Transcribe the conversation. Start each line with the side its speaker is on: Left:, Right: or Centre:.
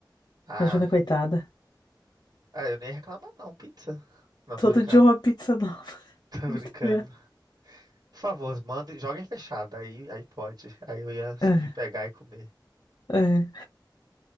Right: Ah,
Left: Imagina, coitada.
Right: ah, eu nem ia reclamar, não, pizza. Não,
Left: Todo
Right: tô brincando.
Left: dia uma pizza nova,
Right: <laughs>
Left: <laughs>
Right: Tô
Left: entendeu?
Right: brincando. Por favor, manda, joguem fechado. Aí, aí pode. Aí eu ia subir,
Left: É,
Right: pegar e comer.
Left: é,